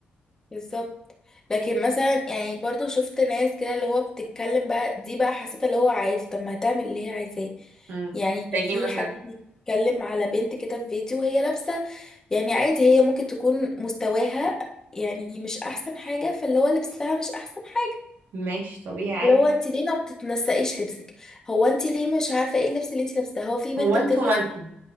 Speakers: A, on the left; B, on the right.
A: بالظبط لكن مثلا يعني برضو شفت ناس كده اللي هو بتتكلم بقى دي بقى حسيت اللي هو عادي طب ما هتعمل اللي هي عايزاه
B: امم
A: يعني كان
B: زي ايه
A: في
B: مثلا؟
A: حد بيتكلم على بنت كده في فيديو وهي لابسة يعني عادي هي ممكن تكون مستواها يعني مش احسن حاجة فاللي هو لبسها مش احسن حاجة
B: ماشي طبيعي عادي
A: اللي هو انت ليه ما بتتنسقيش لبسك هو انت ليه مش عارفة ايه اللبس اللي انت لابساه هو في بنت
B: هو انتوا
A: بتلبس
B: مالكم؟